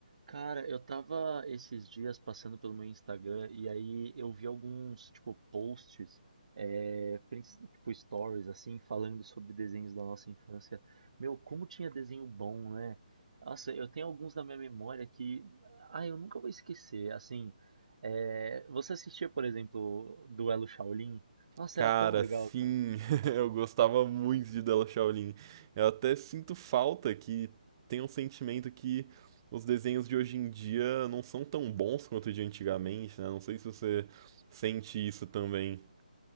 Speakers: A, on the right (about 50°); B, on the right (about 30°).
A: Cara, eu tava esses dias passando pelo meu Instagram e aí eu vi alguns, tipo, posts, é, prin- tipo, stories, assim, falando sobre desenhos da nossa infância. Meu, como tinha desenho bom, né? Nossa, eu tenho alguns na minha memória que, ah, eu nunca vou esquecer. Assim, é, você assistia, por exemplo, Duelo Shaolin? Nossa,
B: Cara,
A: era tão legal,
B: sim,
A: cara.
B: <laughs> eu gostava muito de Della Shaolin. Eu até sinto falta que tem um sentimento que os desenhos de hoje em dia não são tão bons quanto de antigamente, né? Não sei se você sente isso também.